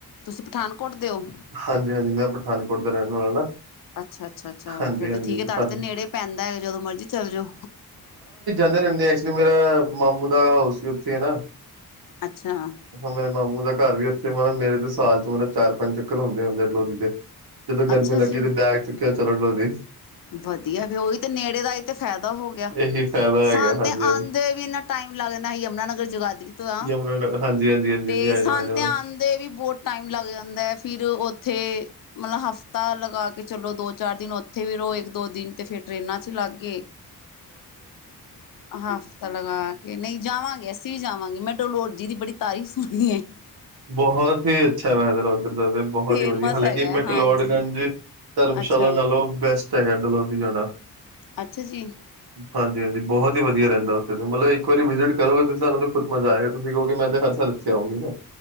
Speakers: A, on the left; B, on the right.
A: ਤੁਸੀਂ ਪਠਾਨਕੋਟ ਦੇ ਓ?
B: ਹਾਂਜੀ ਹਾਂਜੀ ਮੈਂ ਪਠਾਨਕੋਟ ਦਾ ਰਹਿਨ ਵਾਲਾ ਨਾ।
A: ਅੱਛਾ-ਅੱਛਾ- ਅੱਛਾ
B: ਹਾਂਜੀ,
A: ਫੇਿਰ ਤੇ
B: ਹਾਂਜੀ
A: ਠੀਕ ਏ
B: ਸਾਨੂੰ
A: ਤੁਹਾਡੇ ਤੇ ਨੇੜੇ ਪੈਂਦਾ ਹੈਗਾ ਜਦੋਂ ਮਰਜੀੀ ਚੱਲ ਜਓ।
B: ਕਹਿੰਦੇ ਨਦੇ ਐਕਚੁਲੀ ਮੇਰਾ ਮਾਮੂ ਦਾ ਹਾਊਸ ਵੀ ਉੱਥੇ ਹੈ ਨਾ
A: ਅੱਛਾ
B: ਉਪਰੋ ਮੇਰੇ ਮਾਮੂ ਦਾ ਘਰ ਵੀ ਉੱਥੇ ਮਤਲਬ ਮੇਰੇ ਤੇ ਸਾਲ ਚ ਮਤਲਬ ਚਾਰ ਪੰਜ ਚੱਕਰ ਹੁੰਦੇ ਹੁੰਦੇ ਡਲੋਜੀ ਦੇ ਜਦੋਂ ਗਰਮੀ
A: ਅੱਛਾ
B: ਲੱਗੀ
A: ਜੀ
B: ਤੇ ਬੈਗ ਚੁੱਕਿਆ ਚਲੋ ਡਲੋਜੀ।
A: ਵਧੀਆ ਫੇ ਉਹੀ ਤੇ ਨੇੜੇ ਦਾ ਤੇ ਫਾਇਦਾ ਹੋ ਗਿਆ
B: ਇਹੀ ਫਾਇਦਾ ਹੈਗਾ
A: ਸਾਂਨ
B: ਹਾਂਜੀ,
A: ਤੇ
B: ਹਾਂਜੀ।
A: ਆਉਂਦੇ ਹੋਏ ਵੀ ਇੰਨਾ ਟਾਈਮ ਲੱਗਨਾ ਯਮੁਨਾ ਨਗਰ ਜਗਾਦਰੀ ਤੇ ਆ।
B: ਯਮੁਨਾ ਨਗਰ ਹਾਂਜੀ, ਹਾਂਜੀ, ਹਾਂਜੀ,
A: ਤੇ
B: ਹਾਂਜੀ ਆਈ
A: ਸਾਨ
B: ਨੋ, ਆਈ ਨੋ।
A: ਤੇ ਆਂਦੇ ਹੋਏ ਵੀ ਬਹੁਤ ਟਾਈਮ ਲੱਗ ਜਾਂਦਾ ਐ। ਫਿਰ ਓਥੇ ਮਤਲਬ ਹਫ਼ਤਾ ਲਗਾ ਕੇ ਚਲੋ ਦੋ- ਚਾਰ ਦਿਨ ਉੱਥੇ ਵੀ ਰੋ ਏਕ - ਦੋ ਦਿਨ ਤੇ ਫੇਰ ਟਰੇਨਾਂ ਚ ਲੱਗ ਗਏ ਹਫ਼ਤਾ ਲਗਾ ਕੇ ਨਈ ਜਾਵਾਂਗੇ ਅਸੀ ਅਸੀਂ ਵੀ ਜਾਵਾਂਗੇ ਮੈਂ ਡੋਲੋਜੀ ਦੀ ਬੜੀ ਤਾਰੀਫ਼ ਸੁਣੀ ਏ।
B: ਬਹੁਤ ਹੀ ਅੱਛਾ ਵੈਦਰ ਉੱਧਰ ਦਾ ਤੇ ਬਹੁਤ
A: ਫੇਮਸ
B: ਹੀ ਵਧੀਆ ਹਾਲਾਂਕਿ
A: ਹੈਗਾ
B: ਮੈਂਕਲੋਡਗੰਜ
A: ਹਾਂਜੀ
B: ਧਰਮਸ਼ਾਲਾ
A: ਅੱਛਾ
B: ਨਾਲੋਂ ਬੈਸਟ ਹੈਗਾ ਡੋਲੋਜੀ ਜਾਣਾ
A: ਅੱਛਾ ਜੀ
B: ਹਾਂਜੀ ਹਾਂਜੀ ਬਹੁਤ ਹੀ ਵਧੀਆ ਰਹਿੰਦਾ ਉੱਥੇ ਦੇ ਮਤਲਬ ਇੱਕ ਵਾਰੀ ਵਿਜਿਟ ਕਰੋਗੇ ਤੁਸੀਂ ਸਾਨੂੰ ਤਾਂ ਖੁਦ ਮਜ਼ਾ ਆ ਤੁਸੀਂ ਕਹੋਗੇ ਮੈਂ ਤੇ ਹਰ ਸਾਲ ਇੱਥੇ ਆਉਂਗੀ ਨਾ